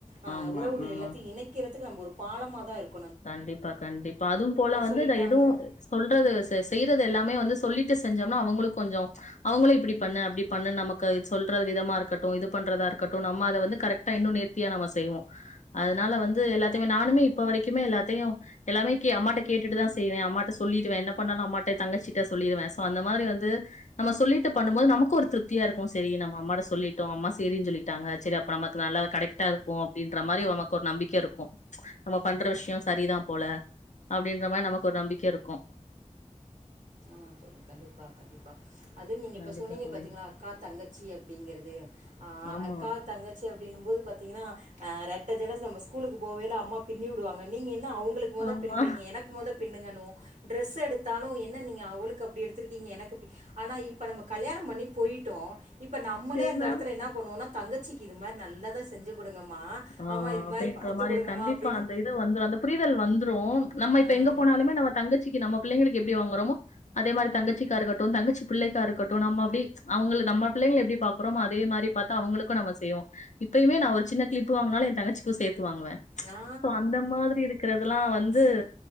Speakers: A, on the right; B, on the left.
A: ஆஹ்
B: ஆமா.
A: உறவுகள்
B: ம்.
A: எல்லாத்தையும் இணைக்கிறதுக்கு நம்ம ஒரு பாலமாக தா இருக்கும்.
B: கண்டிப்பா கண்டிப்பா அதும் போல வந்து
A: சொல்லிட்டாங்க
B: இத எதுவு சொல்றது ச செய்றதெல்லாமே வந்து சொல்லிட்டு செஞ்சோம்னா அவங்களு கொஞ்சொ அவங்களு இப்டி பண்ணு அப்டி பண்ணுன் நமக்கு இத் சொல்ற விதமா இருக்கட்டு இது பண்றதா இருக்கட்டு நம்ம அத வந்து கரெக்ட்டா இன்னு நேத்தியா நம்ம செய்வோ அதுனால வந்து எல்லாத்தைமே நானுமே இப்போ வரைக் எல்லாத்தையும் எல்லாமே அம்மாட்ட கேட்டுதா செய்வேன் அம்மாட்ட சொல்லிடுவேன் என்ன பண்ணாலும் அம்மா தங்கச்சிட்டா சொல்லிடுவேன் சோ அந்த மாதிரி வந்து நம்ம சொல்லிட்டு பண்ணும் போது நமக்கு ஒரு திருப்தியா இருக்கும் சரி நம்ம அம்மாட்ட சொல்லிட்டோம் அம்மா சரினு சொல்லிட்டாங்க சரி அப்ப நமக்கு நல்லா கிடைக்கிட்ட இருக்கும் அப்படின்ற மாரி நமக்கு ஒரு நம்பிக்கை இருக்கும் நம்ம பண்ற
A: கண்டிப்பாக
B: விஷ்யொ சரிதா போல அப்டின்ற மாரி நமக்கு ஒரு நம்பிக்க இருக்கு
A: ஆ தோழி கண்டிப்பா கண்டிப்பா அது நீங்க இப்ப
B: கண்டிப்பா
A: சொன்னீங்க
B: தோழி
A: பாத்தீங்ளா அக்கா தங்கச்சி அப்டிங்கிறது ஆ
B: ஆமா
A: அக்கா தங்கச்சி அப்படின்னும் போது பாத்தீங்கன்னா ரெட்ட ஜட நம்ம ஸ்கூலுக்கு. போவே அம்மா பின்னி விடுவாங்க நீங்க என்ன அவங்களுக் மொத
B: ஆமா
A: பின்றீங்க எனக்கு மொத பின்னுங்கணுவோம் டிரஸ் எடுத்தாலும் என் என்ன நீங்க அவளுக் கு அப்டி எடுத்ருக்கீங்க எனக்கு அப்டி ஆனா இப்ப நம்ம கல்யாணம் பண்ணி பொய்ட்டோ இப்ப நம்மளே
B: இருந்தா
A: அந்த இடத்துல என்ன பண்ணுவோனா தங்கச்சிக்கு இது மாதிரி நல்ல தா செஞ்சு கொடுங்கம்மா
B: ஆஹ்
A: அம்மா இது
B: அப்டின்ற
A: மாதிரி பார்த்து
B: மாரி
A: கொடுங்கம்மா
B: கண்டிப்பா
A: அப்படின்னு
B: அந்த இது வந்துரு அந்த புரிதல் வந்த்ரு நம்ம
A: ஆ
B: இப்ப எங்க போனாலுமே நம்ம தங்கச்சிக்கி நம்ம பிள்ளைளுக்கு எப்படி வாங்குறோமோ அதே மாதிரி தங்கச்சிக்காக இருக்கட்டும் தங்கச்சி பிள்ளைக்கா இருக்கட்டும் நம்ம அப்படி அவ நம்ம பிள்ளைங்க எப்டி பாக்குறோமோ அதே மாதிரி பார்த்த அவங்களுக்கு நம்ம செய்வோம் இபையும்மே ஒரு சின்ன கிளிப் ப்பு வாங்குனாலு ஏ தங்கச்சிக்கு சேத் வாங்குவ
A: ஆ
B: சோ அந்த மாதிரி இருக்கிறதுல்லாம் வந்து
A: ஆ